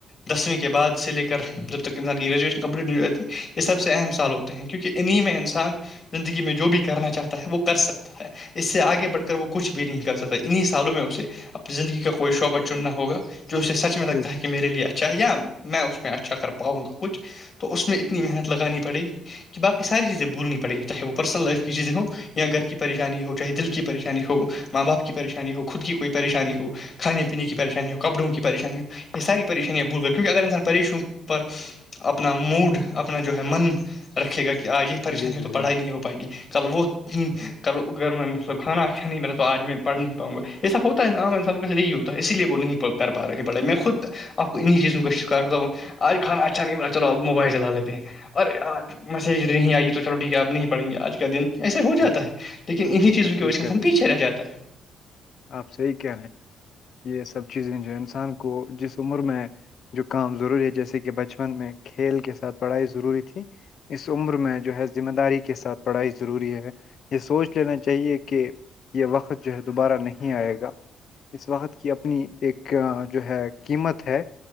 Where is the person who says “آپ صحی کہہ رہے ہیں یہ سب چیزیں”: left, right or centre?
Left